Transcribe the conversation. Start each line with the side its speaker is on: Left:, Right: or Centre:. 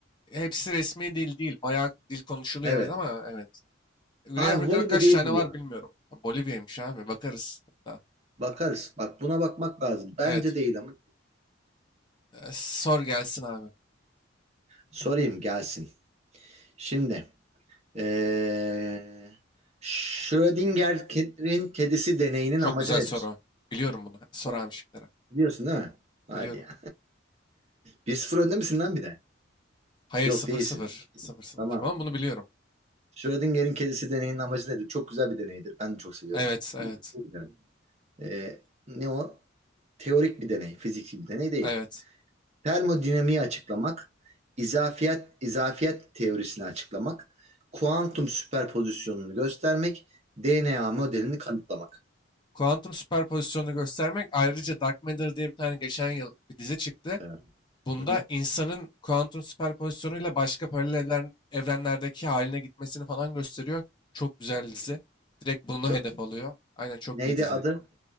Left: hepsi resmi dil değil. Bayağı dil konuşuluyor
Right: Evet.
Left: evet ama evet. Güney
Right: Abi
Left: Afrika'da
Right: Bolivya
Left: kaç
Right: değildir
Left: tane
Right: ya.
Left: var bilmiyorum. Bolivya'ymış abi. Bakarız. hatta.
Right: Bakarız. Bak buna bakmak lazım. Bence
Left: Evet.
Right: değil ama
Left: e, Sor gelsin abi.
Right: sorayım gelsin. Şimdi ee, Schrödinger'in kedisi deneyinin
Left: Çok
Right: amacı
Left: güzel
Right: nedir?
Left: soru. Biliyorum bunu. Sor
Right: Tamam.
Left: abi şıkları.
Right: Biliyorsun değil mi? Hadi
Left: Biliyorum.
Right: ya. 1-0 önde misin lan bir de?
Left: Hayır
Right: Yok
Left: sıfır
Right: değilsin.
Left: sıfır sıfır sıfır
Right: Tamam.
Left: Ama bunu biliyorum.
Right: Schrödinger'in kedisi deneyinin amacı nedir? Çok güzel bir deneydir. Ben de çok seviyorum.
Left: Evet evet.
Right: Bu iyi bir deney. Ee, ne o? Teorik bir deney, fiziki bir deney değil.
Left: Evet.
Right: Termodinamiği açıklamak, izafiyet izafiyet teorisini açıklamak, kuantum süperpozisyonunu göstermek, DNA modelini kanıtlamak.
Left: Kuantum süperpozisyonunu göstermek ayrıca Dark Matter diye bir tane geçen yıl bir dizi çıktı.
Right: Evet.
Left: Bunda
Right: Hı hı.
Left: insanın kuantum süperpozisyonuyla başka paralel evren- evrenlerdeki haline gitmesini falan gösteriyor. Çok güzel dizi. Direkt bunu
Right: Çok,
Left: hedef alıyor. Aynen çok
Right: neydi
Left: iyi dizi.
Right: adı?